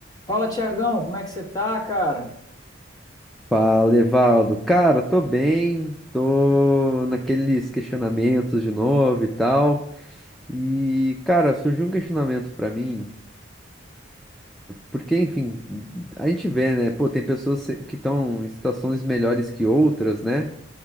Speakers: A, on the left (about 20°); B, in the centre.
A: Fala, Tiagão, como é que você tá, cara?
B: Fala, Evaldo. Cara, tô bem, tô naqueles questionamentos de novo e tal. E, cara, surgiu um questionamento pra mim, porque, enfim, a gente vê, né? Pô, tem pessoas se- que estão em situações melhores que outras, né?